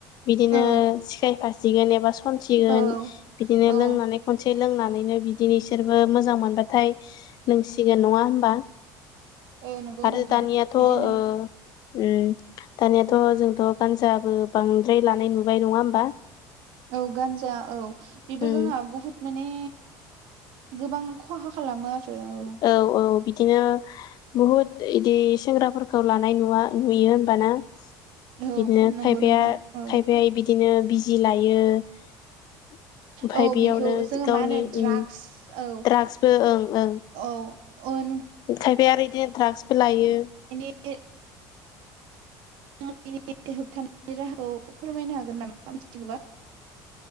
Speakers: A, on the left; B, on the right.
A: बिदिनो
B: औ
A: सिखायफा गोन एबा सनसिगोन
B: औ
A: बिदिनो
B: औ
A: लों खनसे लोंनानैनो बिदिनो इसोरबो मोजां मोनबा नाथाय लोंसिगोन नङा होनबा।
B: औ नंगौ
A: आरो
B: नोंथां
A: दानियाथ'
B: बिदिनो
A: ओ उम‌ दानियाथ' जोंथ' गानजाबो बांद्राय लानाय नुबाय नङा होमबा।
B: औ गान्जा औ बेबो
A: उम
B: जोंना बुहुत माने गोबां खहा खालामो आरो औ।
A: औ - औ बिदिनो बुहुद बिदि सेंग्राफोरखौ लानाय नुवा नुयो होमबाना
B: औ
A: बिदिनो
B: नंगौ
A: खायफाया
B: नोंथां औ
A: खायफाया बिदिनो बिजि लायो। ओमफाय
B: औ
A: बेयावनो
B: बिखौ जोङो
A: गावनि
B: मा होनो द्राग्स
A: उम
B: औ
A: द्राग्सबो ओं -ओं
B: औ ओ <unintelligible>
A: खायफाया आरो इदिनो द्राग्सबो लायो।
B: <unintelligible> <unintelligible> बिनि होबथानायनि राहाखौ फोरमायनो हागोन नामा मिथिगोबा?